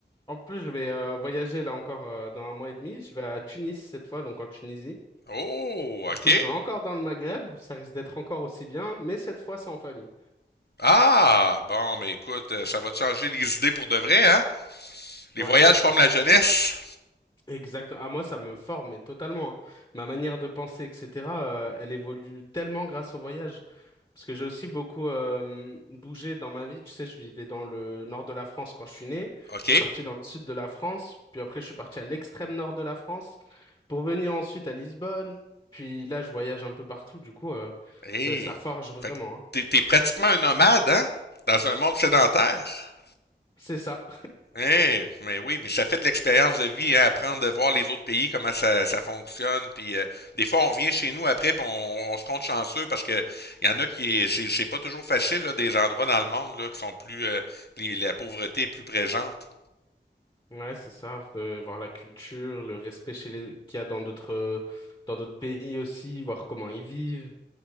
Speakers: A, on the left; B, on the left.
A: en plus, je vais euh, voyager là encore euh, dans un mois et demi. Je vais à Tunis cette fois, donc en Tunisie.
B: Oh, ok.
A: Du coup, je vais encore dans le Maghreb, ça risque d'être encore aussi bien, mais cette fois, c'est en famille.
B: Ah, bon, mais écoute, euh, ça va te changer les idées pour de vrai, hein? Les
A: Ouais,
B: voyages forment la jeunesse.
A: exactement. À moi, ça me forme, mais totalement. hein. Ma manière de penser, etc., euh, elle évolue tellement grâce au voyage. Parce que j'ai aussi beaucoup euh, bougé dans ma vie. Tu sais, je vivais dans le nord de la France quand je suis né.
B: Ok.
A: Je suis parti dans le sud de la France, puis après, je suis parti à l'extrême nord de la France pour venir ensuite à Lisbonne. Puis là, je voyage un peu partout. Du coup, euh,
B: eh
A: ça, ça forge vraiment.
B: Fait que
A: hein.
B: t'es, t'es pratiquement un nomade, hein? Dans un monde sédentaire.
A: C'est ça.
B: Eh, mais oui, mais ça fait de l'expérience de vie, hein, apprendre de voir les autres pays, comment ça, ça fonctionne. Puis euh, des fois, on revient chez nous après, puis on, on se compte chanceux parce que il y en a qui c'est c'est pas toujours facile là, des endroits dans le monde là, qui sont plus euh, les- la pauvreté est plus présente.
A: Ouais, c'est ça, de voir la culture, le respect chez les... qu'il y a dans d'autres dans d'autres pays aussi, voir comment ils vivent,